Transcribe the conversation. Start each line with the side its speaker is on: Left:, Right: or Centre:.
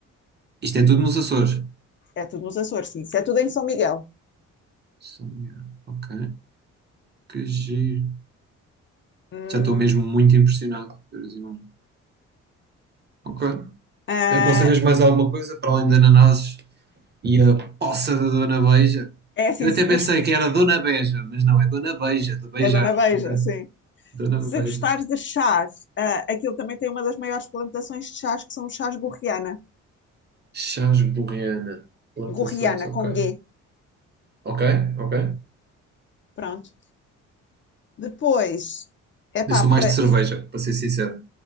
Right: Isto é tudo nos Açores.
Left: É tudo nos Açores, sim. Isso é tudo em São Miguel.
Right: São Miguel. Ok, que giro.
Left: Hum,
Right: Já estou mesmo muito impressionado por ver as imagens. Ok.
Left: ah,
Right: Aconselhas mais alguma coisa para além de ananases e a poça da Dona Beija?
Left: é assim,
Right: Eu até
Left: se
Right: pensei
Left: gost...
Right: que era Dona Beja, mas não, é Dona Beija, de beijar.
Left: é Dona Beija,
Right: Ok,
Left: sim.
Right: Dona
Left: Se
Right: Beija.
Left: gostares de chás, ah, aquilo também tem uma das maiores plantações de chás, que são os chás gorriana.
Right: Chás Borreana. Plantações,
Left: Gorriana,
Right: ok.
Left: com G.
Right: Ok, ok.
Left: Pronto. Depois, é pá,
Right: Eu sou
Left: pra...
Right: mais de cerveja, para ser sincero.